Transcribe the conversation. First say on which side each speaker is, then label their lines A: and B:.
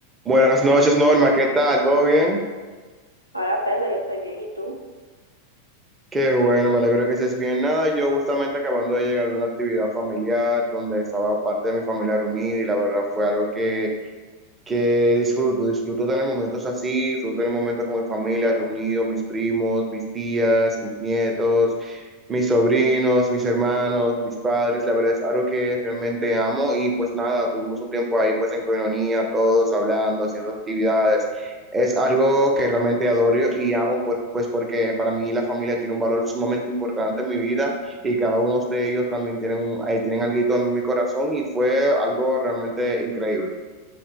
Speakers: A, on the right; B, on the right.
A: Buenas noches, Norma, ¿qué tal? ¿Todo bien?
B: Hola Pedro, yo estoy bien, ¿y tú?
A: Qué bueno, me alegro que estés bien. Nada, yo justamente acabando de llegar de una actividad familiar donde estaba parte de mi familia reunida y la verdad fue algo que que disfruto, disfruto tener momentos así, disfruto tener momentos con mi familia, reunido, mis primos, mis tías, mis nietos, mis sobrinos, mis hermanos, mis padres, la verdad es algo que realmente amo y pues nada, tuvimos un tiempo ahí pues en coinonía, todos hablando, haciendo actividades. Es algo que realmente adoro y amo por- pues porque para mí la familia tiene un valor sumamente importante en mi vida y cada uno de ellos también tienen, un- eh, tienen algo en mi corazón y fue algo realmente increíble.